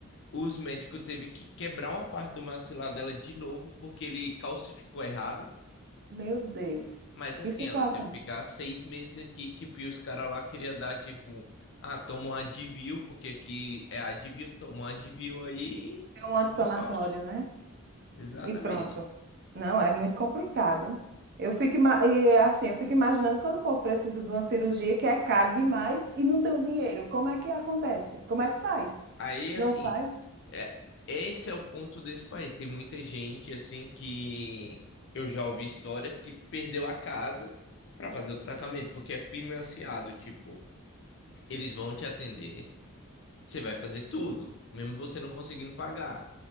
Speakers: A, on the left; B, on the right.
A: Os médicos teve que quebrar uma parte do maxilar dela de novo, porque ele calcificou errado.
B: meu Deus,
A: Mas assim,
B: que situação.
A: ela teve que ficar seis meses aqui, tipo, e os caras lá queriam dar, tipo, ah, toma um Advil, porque aqui é Advil, toma um Advil aí,
B: É um anti-inflamatório,
A: boa sorte.
B: né?
A: Exatamente.
B: E pronto. Não, é muito complicado. Eu fico, ima- e é assim, eu fico imaginando quando o povo precisa de uma cirurgia que é caro demais e não tem o dinheiro. Como é que acontece? Como é que faz?
A: Aí, assim,
B: Não faz?
A: é, esse é o ponto desse país. Tem muita gente, assim, que eu já ouvi histórias que perdeu a casa para fazer o tratamento, porque é financiado. Tipo, eles vão te atender, você vai fazer tudo, mesmo você não conseguindo pagar.